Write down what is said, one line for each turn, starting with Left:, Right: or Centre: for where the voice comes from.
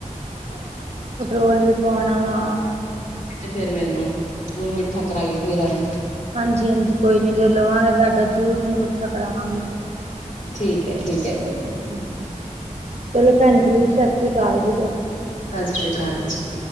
Left: ਹਾਂਜੀ-ਹਾਂਜੀ
Right: ਪਟਰੋਲ ਵੀ ਪਵਾਉਂਣਾ ਵਾ।
Left: ਤੇ ਫਿਰ ਮੈਨੂੰ, ਮੂੰਹ ਮਿੱਠਾ ਕਰਾਈਓ ਮੇਰਾ ਵੀ।
Right: ਹਾਂਜੀ-ਹਾਂਜੀ ਕੋਈ ਨੀਂ ਜੇ ਲਵਾਂਗੇ ਤੁਆਡਾ ਜਰੂਰ ਮੂੰਹ ਮਿੱਠਾ ਕਰਾਵਾਂਗੇ।
Left: ਠੀਕੈ-ਠੀਕੈ।
Right: ਹਾਂਜੀ ਚਲੋ ਭੈਣਜੀ, ਸਸ ਸ੍ਰੀ ਅਕਾਲ ਜੀ।
Left: ਸਸ ਸ਼੍ਰੀ ਅਕਾਲ ਜੀ।